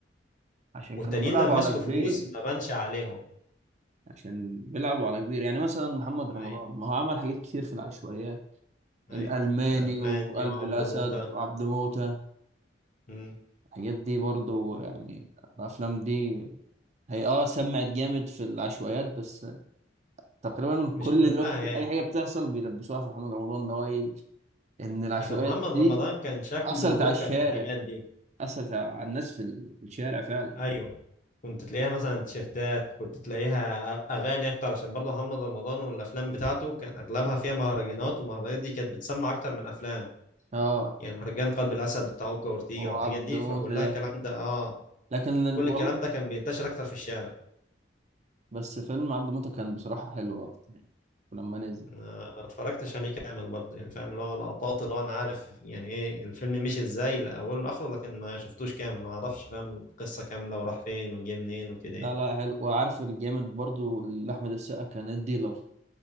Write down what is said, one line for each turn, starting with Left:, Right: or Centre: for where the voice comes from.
Right: عشان
Left: والتانيين
Right: كانوا بيلعبوا
Left: لما مسكوا
Right: على كبير
Left: فلوس ما بانش عليهم
Right: عشان بيلعبوا على كبير يعني مثلا محمد رمضان
Left: اي
Right: ما هو عمل حاجات كتير في العشوائيات
Left: اي
Right: الألماني
Left: الالماني
Right: وقلب
Left: وعبده
Right: الأسد
Left: موتة
Right: وعبد موتة
Left: مم.
Right: الحاجات دي برضو يعني الافلام دي هي اه سمعت جامد في العشوائيات بس تقريبا
Left: مش
Right: كل
Left: كلها
Right: دلوقتي
Left: يعني
Right: اي حاجه بتحصل بيلبسوها في محمد رمضان ان هو ايه ان العشوائيات
Left: عشان محمد
Right: دي
Left: رمضان كان شكله
Right: اثرت
Left: لوكال
Right: على الشارع
Left: في الحاجات دي
Right: اثرت على الناس في ال- في الشارع فعلا
Left: ايوه كنت تلاقيها مثلا تيشيرتات كنت تلاقيها أ- اغاني اكتر عشان برضه محمد رمضان والافلام بتاعته كان اغلبها فيها مهرجانات والمهرجانات دي كانت بتسمع اكتر من افلام
Right: اه
Left: يعني مهرجان قلب الاسد بتاع اوكا وأورتيجا
Right: هو
Left: والحاجات
Right: عبد
Left: دي
Right: موتة
Left: فكلها
Right: ده
Left: الكلام ده اه
Right: لكن ال...
Left: كل
Right: والله
Left: الكلام ده كان بينتشر اكتر في الشارع
Right: بس فيلم عبد موتة كان بصراحه حلو اكتر يعني لما نزل
Left: ما اتفرجتش عليه كامل برضه يعني فاهم اللي هو لقطات اللي هو انا عارف يعني ايه الفيلم مشي ازاي لاوله لاخره لكن ما شفتوش كامل ما اعرفش فاهم قصة كاملة وراح فين وجه منين وكده
Right: لا
Left: يعني
Right: لا حلو وعارف الجامد برضو اللي احمد السقا كان الديلر